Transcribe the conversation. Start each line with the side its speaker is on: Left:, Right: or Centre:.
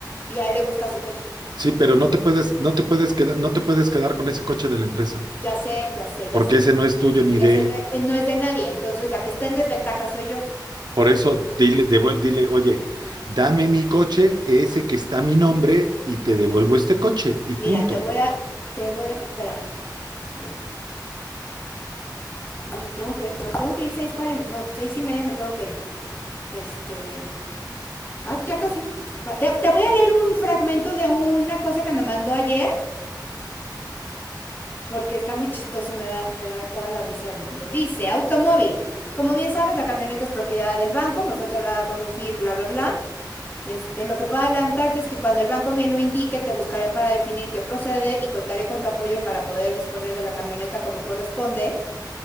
Left: y a él le gusta su coche.
Right: Sí, pero no te puedes, no te puedes quedar, no te puedes quedar con ese coche de la empresa,
Left: Ya sé, ya sé, ya
Right: porque
Left: sé.
Right: ese no es tuyo ni
Left: Ese
Right: de él.
Left: no, eh, no es de nadie, entonces la que está en desventaja soy yo.
Right: Por
Left: Entonces,
Right: eso, dile, devuelve, dile, oye, dame mi coche, ese que está a mi nombre, y te devuelvo este coche, y
Left: mira,
Right: punto.
Left: te voy a, te voy, espérame, vale. Oye, tengo que, tengo que ir seis cuarenta, no, seis y media me tengo que ir. Este, Ah, ya casi. Ah, Te voy a leer un fragmento de una cosa que me mandó ayer, porque está muy chistoso, me da, me da toda la risa del mundo. Dice, automóvil. Como bien sabes, la camioneta es propiedad del banco, me fue otorgada con un fil, bla, bla, bla. Este, lo que puedo adelantarte es que cuando el banco me lo indique, te buscaré para definir qué procede y contaré con tu apoyo para poder disponer de la camioneta como corresponde.